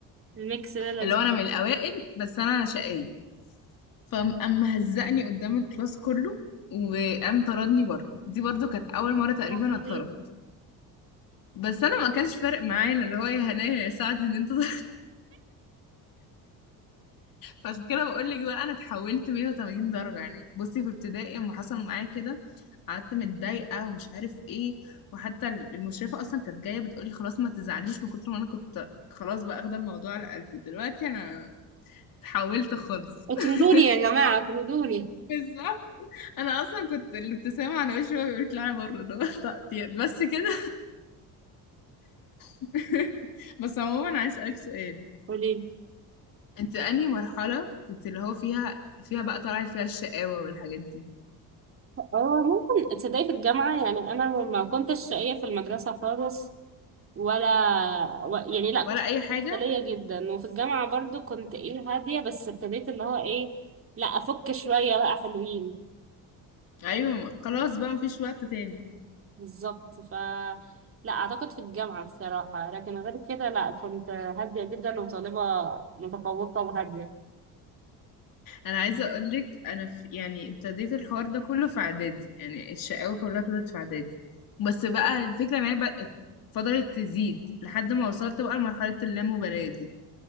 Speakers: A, on the right; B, on the left.
A: الميكس ده لذيذ
B: اللي هو انا من الاوائل بس انا شقيه فقام مهزقني قدام الكلاس كله وقام طردني بره دي برضو كانت اول مره تقريبا
A: عبيط.
B: اتطرد بس انا ما كانش فارق معايا إن اللي هو يا هنايا يا سعدي ان انت <laughs> فعشان كده بقول لك بقى انا اتحولت 180 درجه يعني بصي في ابتدائي لما حصل معايا كده قعدت متضايقه ومش عارف ايه وحتى المشرفه اصلا كانت جايه بتقولي خلاص ما تزعليش من كتر ما انا كنت خلاص بقى اخده الموضوع على قلبي دلوقتي انا اتحولت خالص
A: اطردوني
B: <laughs>
A: يا جماعة اطردوني
B: بالظبط انا اصلا كنت الابتسامه على وشي وهو بيقول طلعي بره اللي هو تقطيع <laughs> بس كده <laughs> بس عموما عايز اسالك سؤال
A: قولي لي
B: انت انهي مرحله كنت اللي هو فيها فيها بقى طلعت فيها الشقاوه والحاجات دي
A: هو ممكن تصدقي في الجامعة يعني أنا ما كنتش شقية في المدرسة خالص ولا و- يعني لا كنت
B: ولا اي حاجه
A: مفصلية جدا وفي الجامعة برضو كنت ايه هادية بس ابتديت اللي هو ايه لا أفك شوية بقى حلوين
B: ايوه خلاص بقى مفيش وقت تاني
A: بالظبط ف لا أعتقد في الجامعة الصراحة لكن غير كده لا كنت هادية جدا وطالبة متفوقة وهادية
B: انا عايزه اقول لك انا في يعني ابتديت الحوار ده كله في اعدادي يعني الشقاوه كلها ابتدت في اعدادي بس بقى الفكره ان هي بقى فضلت تزيد لحد ما وصلت بقى لمرحله اللامبالاه دي